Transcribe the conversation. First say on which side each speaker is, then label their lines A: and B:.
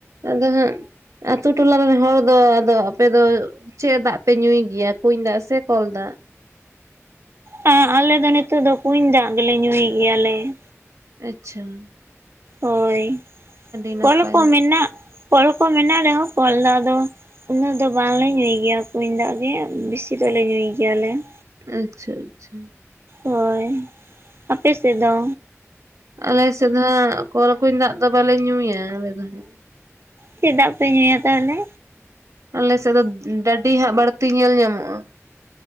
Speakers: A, on the right; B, on the right.
A: ᱟᱫᱚ ᱦᱟᱸᱜ ᱟᱛᱳ ᱴᱚᱞᱟ ᱨᱮᱱ ᱦᱚᱲ ᱫᱚ ᱟᱫᱚ ᱟᱯᱮ ᱫᱚ ᱪᱮᱫ ᱫᱟᱜ ᱯᱮ ᱧᱩᱭ ᱜᱮᱭᱟ ᱠᱩᱧ ᱫᱟᱜ ᱥᱮ, ᱠᱚᱞ ᱫᱟᱜ?
B: ᱦᱮᱸ ᱟᱞᱮ ᱫᱚ ᱱᱤᱛᱚᱜ ᱫᱚ ᱠᱩᱧ ᱫᱟᱜ ᱜᱮᱞᱮ ᱧᱩᱭ ᱜᱮᱭᱟᱞᱮ ᱾
A: ᱟᱪᱪᱷᱟ ᱾
B: ᱦᱳᱭ,
A: ᱱᱟᱯᱟᱭ
B: ᱠᱚᱞ ᱠᱚ ᱢᱮᱱᱟᱜ ᱠᱚᱞ ᱠᱚ ᱢᱮᱱᱟᱜ ᱨᱮᱦᱚᱸ ᱠᱚᱞ ᱫᱚ ᱟᱫᱚ ᱩᱱᱟᱹᱜ ᱫᱚ ᱵᱟᱝᱞᱮ ᱧᱩᱭ ᱜᱮᱭᱟ ᱠᱩᱧ ᱫᱟᱜ ᱜᱮ ᱵᱤᱥᱤ ᱫᱚᱞᱮ ᱧᱩᱭ ᱜᱮᱭᱟᱞᱮ ᱾
A: ᱟᱪᱪᱷᱟ ᱟᱪᱪᱷᱟ ᱾
B: ᱦᱳᱭ, ᱟᱯᱮ ᱥᱮᱫ ᱫᱚ?
A: ᱟᱞᱮᱥᱮᱫ ᱫᱚ ᱦᱟᱸᱜ ᱠᱚᱞ ᱠᱩᱧ ᱫᱟᱜ ᱫᱚ ᱵᱟᱞᱮ ᱧᱩᱭᱟ ᱟᱞᱮ ᱫᱚ ᱦᱟᱸᱜ ᱾
B: ᱪᱮᱫ ᱫᱟᱜ ᱯᱮ ᱧᱩᱭᱟ ᱛᱟᱦᱚᱞᱮ?
A: ᱟᱞᱮᱥᱮᱫ ᱫᱚ ᱰᱟᱹᱰᱤ ᱦᱟᱸᱜ ᱵᱟᱹᱲᱛᱤ ᱧᱮᱞ ᱧᱟᱢᱚᱜᱼᱟ ᱾